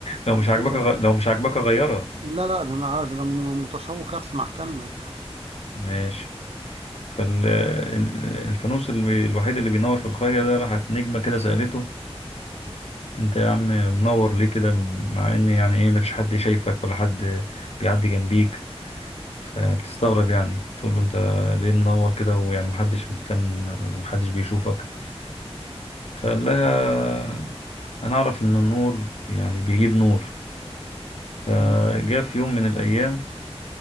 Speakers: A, on the left; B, on the right.
A: لو
B: لا
A: مش
B: مخيفة
A: عاجبك غ-
B: أوي
A: لو مش عاجبك غيرها
B: لا لا ده أنا ده أنا م- متشوق أسمع كمل
A: ماشي فالفانوس الوحيد اللي بينور في القرية ده راحت نجمة كده سألته انت يا عم منور ليه كده مع ان يعني ايه مفيش حد شايفك ولا حد بيعدي جنبيك فبتستغرب يعني تقول له انت ليه منور كده ويعني محدش مهتم ومحدش بيشوفك فقال لها انا اعرف ان النور يعني بيجيب نور فجاء
B: دي
A: في يوم من الايام